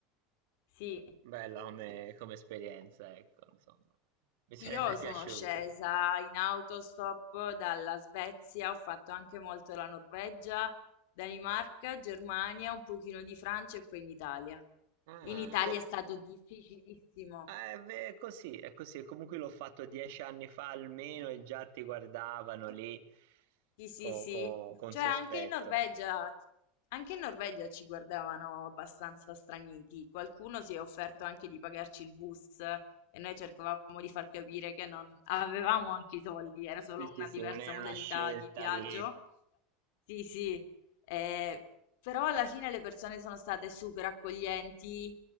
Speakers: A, on the left (about 65°); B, on the right (about 70°).
A: Sì.
B: bella come, come esperienza, ecco, insomma, mi sarebbe
A: Io
B: <laughs> piaciuto.
A: sono scesa in autostop dalla Svezia, ho fatto anche molto la Norvegia, Danimarca, Germania, un pochino di Francia e poi in Italia.
B: Ah,
A: In Italia
B: co-
A: è stato difficilissimo.
B: eh, beh, è così, è così, comunque l'ho fatto dieci anni fa almeno e già ti guardavano lì
A: Sì, sì,
B: co-
A: sì.
B: co- con
A: Cioè
B: sospetto.
A: anche in Norvegia, anche in Norvegia ci guardavano abbastanza straniti. Qualcuno si è offerto anche di pagarci il bus e noi cercavamo di far capire che non avevamo anche i soldi, era solo
B: Sì,
A: una
B: sì, sì,
A: diversa
B: non era
A: modalità
B: una scelta
A: di viaggio.
B: di...
A: Sì, sì, eh, però alla fine le persone sono state super accoglienti,